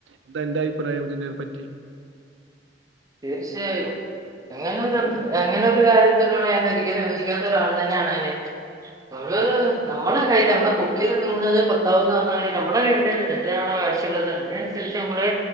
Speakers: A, on the right (about 80°); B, on the right (about 20°).
A: എന്താ നിന്റെ അഭിപ്രായം ഇതിനെ പറ്റി
B: <unintelligible> അങ്ങനൊരു അങ്ങനെ ഒരു കാര്യത്തിനോടെ ഞാൻ ഒരിക്കലും യോജിക്കാത്ത ഒരാൾ തന്നെയാണ് അങ്ങനെ നമ്മള് നമ്മളെ കയ്യിൽ നമ്മള കൊക്കിൽ ഒതുങ്ങുന്നതേ കൊത്താവൂ എന്ന് പറഞ്ഞ മാതിരി നമ്മുടെ വീട് എന്താണോ ആവശ്യമുള്ളത് അതിനനുസരിച്ച് നമ്മള്